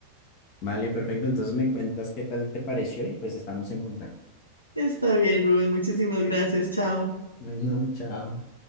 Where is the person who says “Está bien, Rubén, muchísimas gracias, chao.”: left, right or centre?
Left